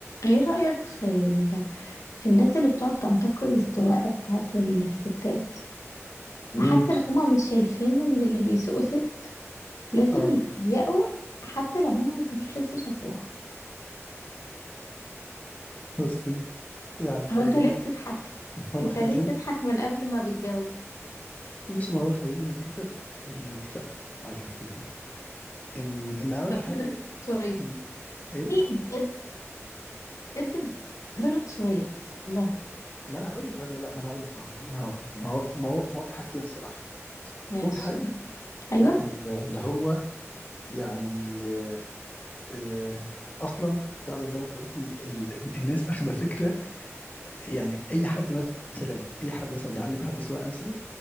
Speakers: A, on the left (about 85°); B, on the left (about 30°).
A: ايه رأيك في ال... في الناس اللي بتقعد تنتقد السواقة بتاعت الستات
B: امم
A: وحتى لو هما مش شايفين ان اللي بيسوقوا ست لازم
B: اه
A: يتضايقوا حتى لو هم ما كانوش لسه شافوها
B: بصي يعني خلينا
A: او انت ليه بتضحك
B: <laughs> هو
A: انت
B: خلينا
A: ليه بتضحك من قبل ما بتجاوب
B: ماشي ما هو خلينا نتفق نتفق على حاجتين ان ان اول
A: بقى
B: حاجه
A: من غير عنصرية
B: ان ايه
A: بجد بجد من غير عنصرية والله
B: ما انا هقول لك ولا لا ما انا هقول لك اهو ما هو ما هو ما هو ما هو في حاجتين الصراحه
A: ماشي
B: اول حاجه
A: ايوه
B: ال- اللي هو يعني آه، آه، اصلا فعلا زي ما انت قلتي ال- الناس اخذه فكره يعني اي حد مثلا اي حد مثلا بيعلم حد سواقه مثلا